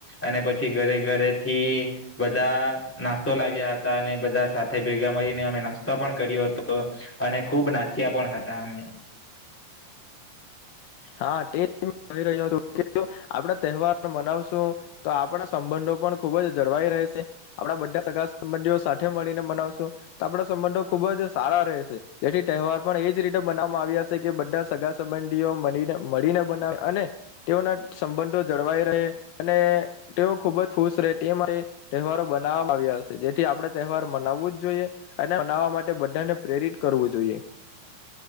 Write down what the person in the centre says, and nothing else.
અને પછી ઘરે ઘરે થી બધા નાસ્તો લાવ્યા હતા અને બધા સાથે ભેગા મળીને અમે નાસ્તો પણ કર્યો હતો અને ખુબ નાચ્યા પણ હતા અમે